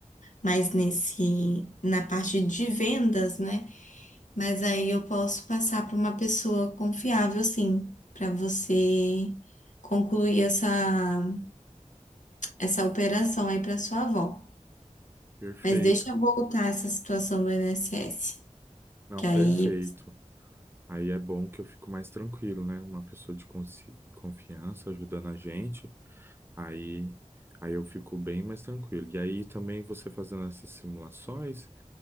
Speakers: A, on the left (about 85°); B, on the right (about 20°).
A: mais nesse na parte de vendas, né? Mas aí eu posso passar para uma pessoa confiável, sim, para você concluir essa essa operação aí para sua avó.
B: Perfeito.
A: Mas deixa eu voltar essa situação do INSS,
B: Não,
A: que
B: perfeito.
A: aí
B: Aí é bom que eu fico mais tranquilo, né? Uma pessoa de consci- confiança ajudando a gente, aí, aí eu fico bem mais tranquilo. E aí também você fazendo essas simulações,